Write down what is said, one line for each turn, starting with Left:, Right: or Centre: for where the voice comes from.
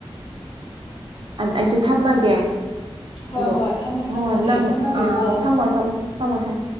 Right: ꯑꯗ ꯑꯩꯁꯨ ꯊꯝꯃꯒꯦ
Left: ꯍꯣꯏ
Right: ꯑꯗꯣ
Left: ꯍꯣꯏ ꯊꯝꯃꯁꯤ
Right: ꯍꯣꯏ
Left: ꯊꯝꯃꯁꯤ
Right: ꯅꯪ
Left: ꯑꯩ ꯊꯝꯃꯒꯦꯀꯣ
Right: ꯑ ꯊꯝꯃꯣ ꯊꯝꯃꯣ ꯊꯝꯃꯣ ꯊꯝꯃꯣ